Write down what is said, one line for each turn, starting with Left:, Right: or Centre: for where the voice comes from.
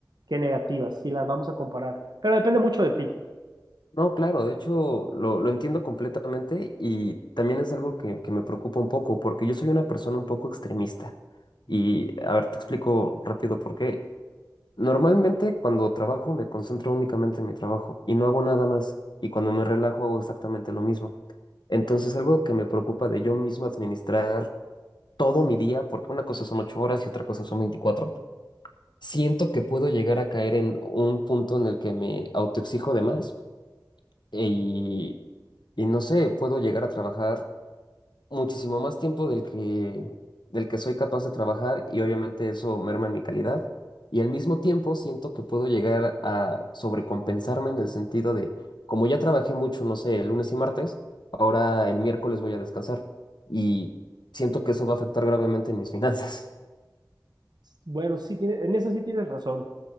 Right: que negativas, si las vamos a comparar. Pero depende mucho de ti.
Left: No, claro, de hecho lo, lo entiendo completamente y también es algo que, que me preocupa un poco porque yo soy una persona un poco extremista. Y a ver, te explico rápido por qué. Normalmente cuando trabajo me concentro únicamente en mi trabajo y no hago nada más. Y cuando me relajo hago exactamente lo mismo. Entonces algo que me preocupa de yo mismo administrar todo mi día, porque una cosa son ocho horas y otra cosa son veinticuatro siento que puedo llegar a caer en un punto en el que me autoexijo de más e- y, y no sé, puedo llegar a trabajar muchísimo más tiempo del que, del que soy capaz de trabajar y obviamente eso merma en mi calidad. Y al mismo tiempo siento que puedo llegar a sobrecompensarme en el sentido de, como ya trabajé mucho, no sé, el lunes y martes, ahora el miércoles voy a descansar y siento que eso va a afectar gravemente en mis <laughs> finanzas.
Right: Bueno, sí tiene- en eso sí tienes razón.